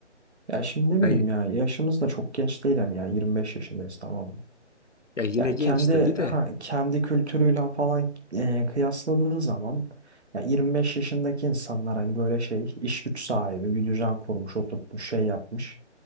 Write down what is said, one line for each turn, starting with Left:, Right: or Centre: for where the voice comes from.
Right: Ya şimdi
Left: Hayır,
Right: ne bileyim ya yaşımız da çok genç değil hani ya 25 yaşındayız tamam mı?
Left: ya yine
Right: Yani
Left: genç
Right: kendi
Left: tabii de.
Right: ha, kendi kültürüyle falan e, kıyasladığı zaman ya 25 yaşındaki insanlar hani böyle şey iş güç sahibi bir düzen kurmuş oturtmuş şey yapmış.